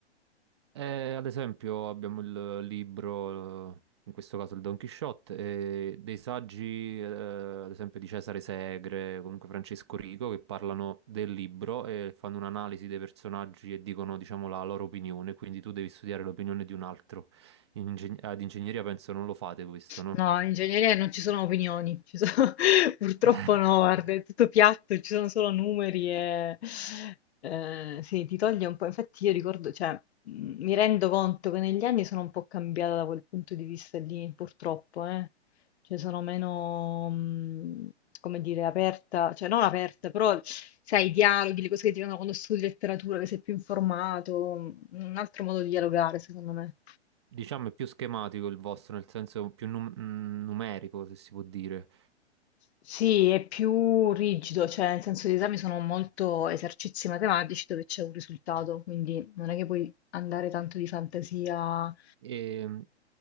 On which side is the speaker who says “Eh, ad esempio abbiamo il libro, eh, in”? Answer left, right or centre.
Right